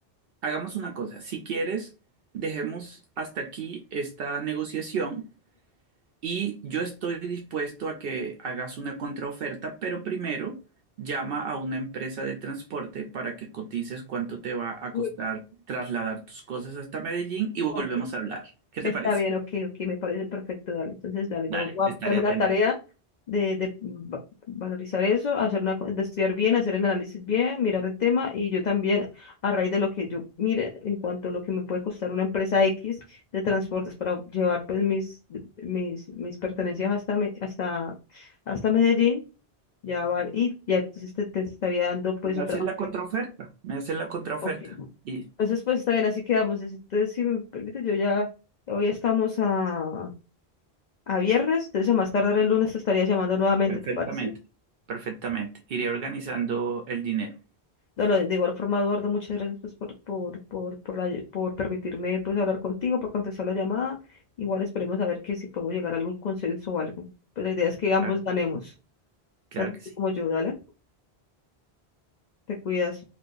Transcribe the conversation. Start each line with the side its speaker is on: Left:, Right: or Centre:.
Right: hagamos una cosa. Si quieres, dejemos hasta aquí esta negociación y yo estoy dispuesto a que hagas una contraoferta, pero primero llama a una empresa de transporte para que cotices cuánto te va a
Left: me-
Right: costar trasladar tus cosas hasta Medellín y volvemos
Left: me-
Right: a hablar. ¿Qué te
Left: Está
Right: parece?
Left: bien, ok, ok, me parece perfecto, dale. Entonces, dale,
Right: Dale,
Left: yo voy
Right: estaré
Left: a ponerme
Right: atento.
Left: la pues. tarea de, de va- valorizar eso, hacer una, co- de estudiar bien, hacer el análisis bien, mirar el tema y yo también, a raíz de lo que yo mire, en cuanto a lo que me puede costar una empresa X de transportes para llevar pues mis, mis, mis pertenencias hasta, Me- hasta, hasta Medellín, ya va, y ya entonces te, te estaría dando pues
Right: Me
Left: otra
Right: haces
Left: oferta.
Right: la contraoferta, me haces la contraoferta
Left: Ok.
Right: y
Left: Entonces, pues está bien, así quedamos. Entonces, si me permite, yo ya, hoy estamos a a viernes, entonces a más tardar el lunes te estaría llamando nuevamente,
Right: perfectamente,
Left: ¿te parece?
Right: perfectamente. Iré organizando el dinero.
Left: De, lo- de igual forma, Eduardo, muchas gracias pues, por, por, por, por, la ll- por permitirme pues hablar contigo, por contestar la llamada. Igual esperemos a ver que si podemos llegar a algún consenso o algo. Pues la idea es que ambos
Right: Claro,
Left: ganemos,
Right: claro
Left: tanto
Right: que sí.
Left: tú como yo, dale, te cuidas.